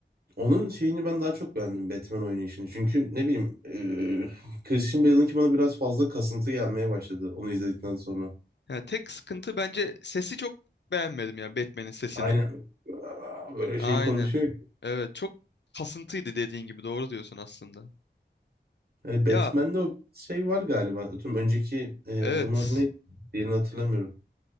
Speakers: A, on the right; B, on the left.
A: Onun şeyini ben daha çok beğendim Batman oynayışını. Çünkü ne bileyim e, Christian Bale'ınki bana biraz fazla kasıntı gelmeye başladı onu izledikten sonra.
B: Ha, tek sıkıntı bence sesi çok beğenmedim ya Batman'in sesini.
A: Aynen. Böyle
B: Aynen.
A: şey konuşuyor.
B: Evet çok kasıntıydı dediğin gibi doğru diyorsun aslında.
A: Yani Batman'de
B: Ya
A: o şey var galiba. Tüm önceki e,
B: evet
A: adamın adı neydi? Diğerini hatırlamıyorum.